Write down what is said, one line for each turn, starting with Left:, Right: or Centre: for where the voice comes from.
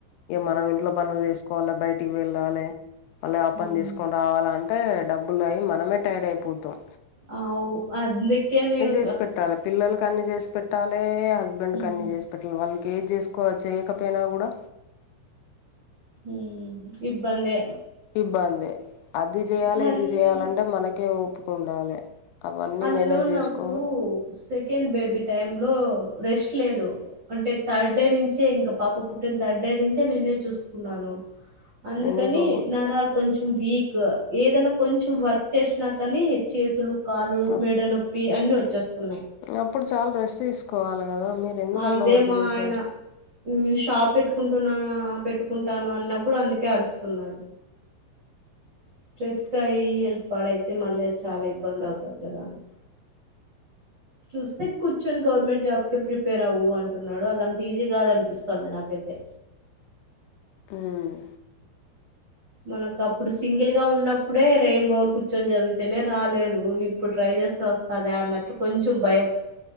Left: ఇ మనం ఇంట్లో పనులు చేసుకోవాలె బయటిక్ వెళ్ళాలె అల్లే అపన్
Right: ఉమ్
Left: తీసుకొన్ రావాల అంటే డబ్బుల్ అయి మనమే టైడ్ అయిపోతాం
Right: ఆవు అద్దుకేన్నేను
Left: ఎష్ పెట్టాలె పిల్ల కన్ని జేస్ పెట్టాలే హస్బెండ్
Right: ఉమ్
Left: కన్ని జేశ్ ప్పట్ల వాళ్ళక్ ఏజ్ చేసుకో చేయకపోయినా కూడా
Right: ఊమ్ ఇబ్బందె
Left: ఇబ్బందే అది జేయాలె
Right: పర్లేదు
Left: ఇది జేయాలంటే మనకే ఓపికుండాలె అవన్నీ
Right: అందులో
Left: మేనేజ్ జేస్కో
Right: నాకు సెకండ్ బేబీ టైమ్ లో రెస్ట్ లేదు అంటే థర్డ్ డే నుంచే ఇంకా పాప పుట్టిన థర్డ్ డే నుంచే నేనే చూసుకున్నాను అందుకని
Left: ఎందుకు
Right: నారాలు కొంచెం వీక్ ఏదైనా కొంచెం వర్క్ చేసినా కాని చేతులు కాలు
Left: నాకు
Right: మెడనో పి అన్నీ వచ్చేస్తున్నాయి
Left: అప్పుడు చాలా రెస్ట్ తీసుకోవాలి కదా మీరు ఎందుకు
Right: అదే
Left: అట్లా వర్క్
Right: మా
Left: చేసారు
Right: ఆయన షాప్ పెట్టుకుంటున్నా పెట్టుకుంటాను అన్న కూడా అందుకే అరుస్తున్నాడు స్ట్రెస్ గా అయ్యి హెల్త్ పాడ అయితే మళ్ళీ అది చాలా ఇబ్బంది అవుతంది కదా అని చూస్తే కూర్చొని గవర్నమెంట్ జాబ్కే ప్రిపేర్ అవ్వు అంటున్నాడు అదంత ఈజీ కాదు అనిపిస్తుంది నాకైతే
Left: ఉమ్
Right: మనకు అప్పుడు సింగిల్ గా ఉన్నప్పుడే రెయిం బౌల్ కూర్చొని చదివితేనే రాలేదు ఇప్పుడు ట్రై చేస్తే వస్తదా అన్నట్లు కొంచెం భయం